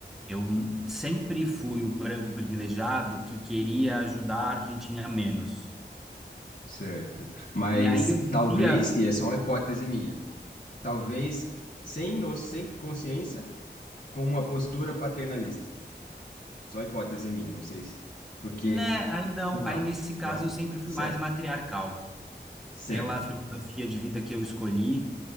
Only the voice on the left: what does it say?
certo. Mas
talvez, e é só uma hipótese minha, talvez sem, no, sem consciência, com uma postura paternalista. Só hipótese minha, não sei se. Porque.
ou Não,
não.
Certo,
certo.